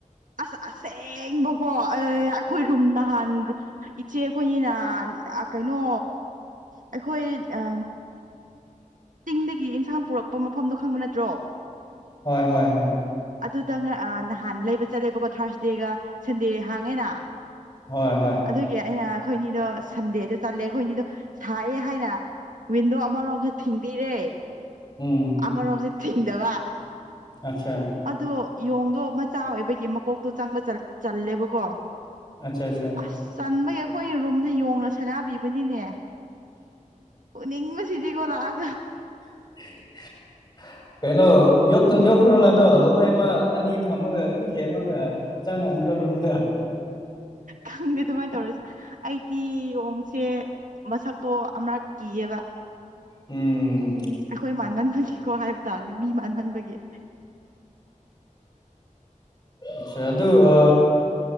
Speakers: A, on the right; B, on the left.
A: ꯑꯁ ꯑꯁꯦꯡꯕꯀꯣ ꯑꯩ ꯑꯩꯈꯣꯏ ꯔꯨꯝ ꯅꯍꯥꯟ ꯏꯆꯦ ꯑꯩꯈꯣꯏꯅꯤꯅ ꯑ ꯀꯩꯅꯣ ꯑꯩꯈꯣꯏ ꯑ ꯗꯒꯤ ꯏꯟꯁꯥꯡ ꯄꯨꯔꯛꯄ ꯃꯐꯝꯗꯣ ꯈꯪꯕ ꯅꯠꯇ꯭ꯔꯣ
B: ꯍꯣꯏ ꯍꯣꯏ ꯍꯣꯏ
A: ꯑꯗꯨꯗ ꯑ ꯅꯍꯥꯟ ꯂꯩꯕ ꯆꯠꯂꯦꯕꯀꯣ ꯊꯥꯔꯁꯗꯦꯒ ꯁꯟꯗꯦ ꯍꯥꯡꯉꯦꯅ
B: ꯍꯣꯏ ꯍꯣꯏ
A: ꯑꯗꯨꯒꯤ ꯑꯩꯅ ꯑꯩꯈꯣꯏꯅꯤꯗꯣ ꯁꯟꯗꯦꯗ ꯆꯠꯂꯦ ꯑꯩꯈꯣꯏꯅꯤꯗꯣ ꯁꯥꯢꯑꯦ ꯍꯥꯏꯅ ꯋꯤꯟꯗꯣ ꯑꯃꯔꯣꯝꯗ ꯊꯤꯡꯕꯤꯔꯦ
B: ꯎꯝ
A: ꯑꯃꯔꯣꯝꯗ ꯊꯤꯡꯗꯕ
B: ꯑꯁꯥ
A: ꯑꯗꯣ ꯌꯣꯡꯗꯣ ꯃꯆꯥ ꯑꯣꯏꯕꯒꯤ ꯃꯀꯣꯛꯇꯣ ꯆꯪꯕ ꯆꯜ ꯆꯜꯂꯦꯕꯀꯣ
B: ꯑꯆꯥ ꯑꯆꯥ
A: ꯑꯁ ꯆꯟꯕꯒꯤ ꯑꯩꯈꯣꯏ ꯔꯨꯝꯗ ꯌꯣꯡꯅ ꯁꯅꯥꯕꯤꯕ ꯄꯅꯤꯅꯦ ꯐꯨꯅꯤꯡꯕꯁꯤꯗꯤꯀꯣ ꯂꯥꯁ
B: <unintelligible> ꯀꯩꯅꯣ ꯌꯣꯛꯇꯨꯝ ꯌꯣꯛꯈ꯭ꯔꯣꯅ ꯑꯗꯣ ꯂꯐꯣꯏ ꯑꯃ ꯑꯅꯤ ꯊꯝꯃꯒ ꯑꯗꯨꯝ ꯊꯦꯝꯃꯒ ꯆꯪꯍꯟꯈ꯭ꯔꯣ ꯔꯨꯝꯗ
A: ꯈꯪꯗꯦ ꯑꯗꯨꯃꯥꯏꯅ ꯇꯧꯔꯁꯦ ꯑꯩꯗꯤ ꯌꯣꯡꯁꯦ ꯃꯁꯛ ꯇꯣ ꯑꯃꯔꯛ ꯀꯤꯑꯦꯕ
B: ꯎꯝ
A: ꯑꯩꯈꯣꯏ ꯃꯥꯟꯃꯟꯕꯒꯤꯀꯣ ꯍꯥꯏꯕ ꯇꯥꯔꯦ ꯃꯤ ꯃꯥꯟꯃꯟꯕꯒꯤ
B: ꯑꯆꯥ ꯑꯗꯨ ꯑ